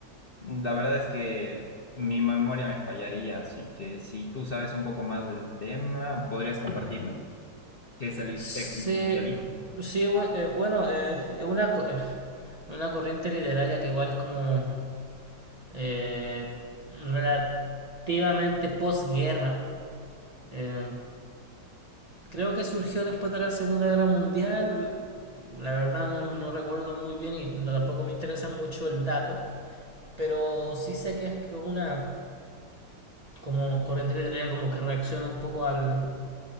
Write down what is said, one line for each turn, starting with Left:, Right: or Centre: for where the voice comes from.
Left: La verdad es que mi memoria me fallaría, así que si tú sabes un poco más del tema, ¿podrías compartirme? ¿Qué es el
Right: Sí,
Left: ex- existencialismo?
Right: sí, bue- eh, bueno, eh, es una, co- eh, una corriente literaria que igual es como eh, relativamente posguerra. Eh, creo que surgió después de la Segunda Guerra Mundial. La verdad no, no recuerdo muy bien y no- tampoco me interesa mucho el dato. Pero sí sé que es que una como corriente literaria como que reacciona un poco al,